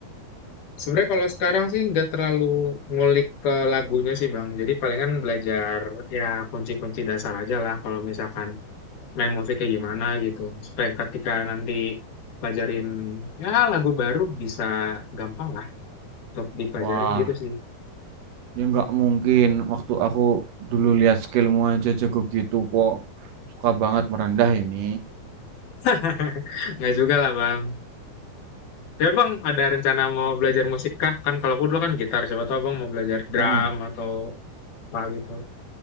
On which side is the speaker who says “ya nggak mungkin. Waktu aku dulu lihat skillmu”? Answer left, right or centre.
Right